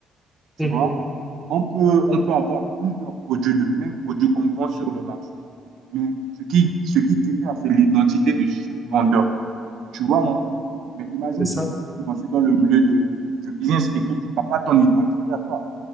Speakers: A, on the right; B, in the centre.
A: Tu
B: Mhm,
A: vois, on peut, on peut avoir plusieurs produits, le même produit qu'on vend sur le marché. Mais ce qui, ce qui diffère, c'est l'identité de chaque vendeur. Tu vois, on- mais imagine
B: C'est ça.
A: si tu veux te lancer dans le milieu de- du business et que tu n'as pas ton identité à toi.